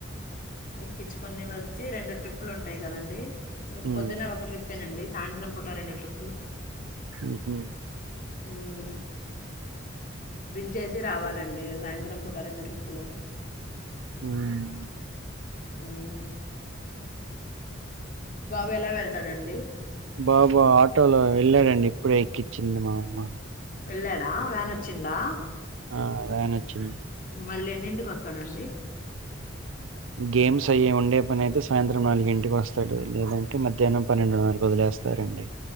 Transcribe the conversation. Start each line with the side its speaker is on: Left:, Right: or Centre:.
Left: ఎక్కించుకొని వచ్చి రెండు ట్రిప్పులు ఉంటాయి కదండి,
Right: హ్మ్.
Left: పొద్దున ఒక ట్రిప్పేనండి సాయంత్రం పూట రెండు ట్రిప్పులు.
Right: ఉహు
Left: ఉమ్ దించేసి రావాలండి సాయంత్రం పూట రెండు ట్రిప్పులు.
Right: ఉమ్
Left: ఉమ్ వెలా వెళ్తాడండి?
Right: బాబా ఆటోలో వెళ్ళాడండి, ఇప్పుడే ఎక్కించింది మా అమ్మ.
Left: వెళ్ళాడా వ్యాన్ వచ్చిందా?
Right: ఆ వ్యాన్ వచ్చింది
Left: మళ్ళీ ఎన్నింటికి వస్తాడండి
Right: గేమ్స్ అయ్యే ఉండే పని అయితే సాయంత్రం నాలుగు ఇంటికి వస్తాడు లేదంటే మధ్యాహ్నం పన్నెండు నాలుకు వదిలేస్తారండి